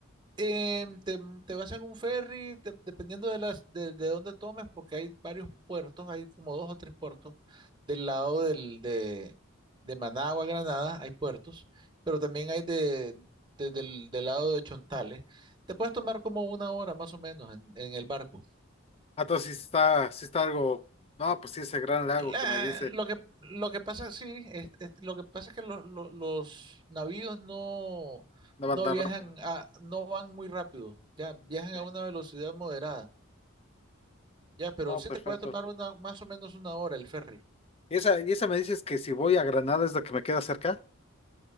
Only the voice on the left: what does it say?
Ah, entonces sí está, sí está algo. No, pues sí, ese gran lago
que me dice.
No
va tan
rápido.
Ok.
No,
perfecto.
¿Y esa, y esa me dices que si voy a Granada es la que me queda cerca?